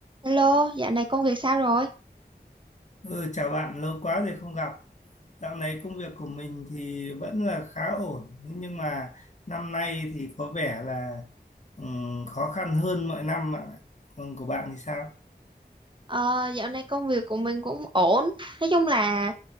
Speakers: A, on the right (about 30°); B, on the left (about 45°).
A: Hello, dạo này công việc sao rồi?
B: Ừ, chào bạn, lâu quá rồi không gặp. Dạo này công việc của mình thì vẫn là khá ổn, thế nhưng mà năm nay thì có vẻ là ừm, khó khăn hơn mọi năm bạn ạ. Còn của bạn thì sao?
A: Ờ, dạo này công việc của mình cũng ổn. Nói chung là